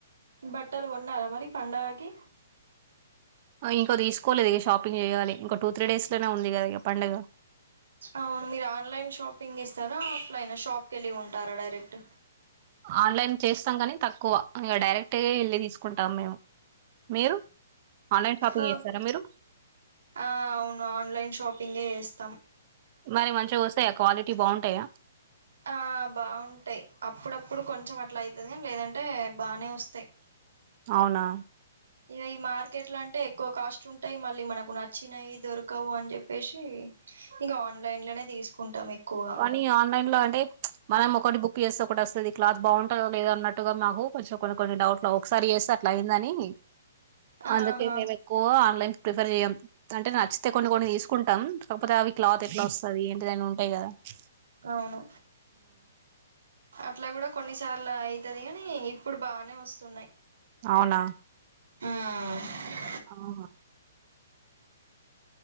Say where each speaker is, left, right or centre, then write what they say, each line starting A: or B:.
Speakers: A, on the right; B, on the right.
A: బట్టలు కొన్నారా మరి పండగకి
B: ఇంక తీసుకోలేదు ఇ షాపింగ్ చేయాలి ఇంకా టూ త్రీ డేస్ లోనే ఉంది కద ఇ పండుగ
A: అవును మీరు ఆన్లైన్ షాపింగ్ ఇస్తారా ఆఫ్లైన్ షాప్కి వెళ్ళి ఉంటారా డైరెక్ట్
B: ఆన్లైన్ చేస్తాం కాని తక్కువ ఇ డైరెక్ట్ వెళ్ళి తీసుకుంటాం మేము మీరు ఆన్లైన్ షాపింగ్
A: ఆ
B: చేస్తారా మీరు
A: అవును ఆన్లైన్ షాపింగే చేస్తాం
B: మరి మంచిగా వస్తాయా క్వాలిటీ బాగుంటాయా
A: ఆ బాగుంటాయి అప్పుడప్పుడు కొంచెం అట్లా అవుతుది కాని లేదంటే బానే వస్తాయి
B: అవునా
A: ఇక ఈ మార్కెట్ లో అంటే ఎక్కువ కాస్ట్ ఉంటాయి మళ్ళీ మనకు నచ్చినాయి దొరకవు అని చెప్పేసి ఇక ఆన్లైన్ లోనే తీసుకుంటాం ఎక్కువగా
B: కానీ ఆన్లైన్ లో అంటే మనం ఒకటి బుక్ చేస్తే ఒకటి వస్తుంది క్లాత్ బాగుంటుందో లేదో అన్నట్టుగా మాకు కొంచెం కొన్ని కొన్ని డౌట్లు ఒకసారి చేస్తే అట్లా అయిందని
A: ఆహా
B: అందుకే నేను ఎక్కువ ఆన్లైన్ ప్రిఫర్ చెయ్యం అంటే నచ్చితే కొన్ని కొన్ని తీసుకుంటం కాకపోతే అవి క్లాత్ ఎట్ల వస్తది అని ఏదైన ఉంటయి గద <inaudible>
A: అవును అట్ల గుడా కొన్నిసార్లు అయితది అని ఇప్పుడు బానే వస్తున్నాయి
B: అవున
A: హ్మ్
B: ఆహా